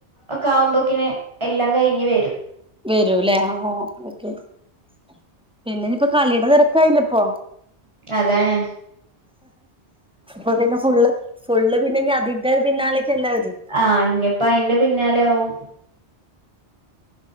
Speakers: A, on the right; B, in the centre.
A: ഒക്കാവുമ്പക്ക്ന് എല്ലാം കയിഞ്ഞ് വരും
B: വരൂലേ ആ ഓക്കേ <unintelligible> പിന്നെനിപ്പ കളീടെ തെരക്കായില്ലെ പ്പൊ
A: അതാണ്
B: അപ്പൊ പിന്നെ ഫുള്ള് ഫുള്ള് പിന്നെനി അതീന്റെ പിന്നാലേക്കല്ലേ അവര്
A: ആഹ് ഇനിപ്പഅയിന്റെ പിന്നാലെയാവും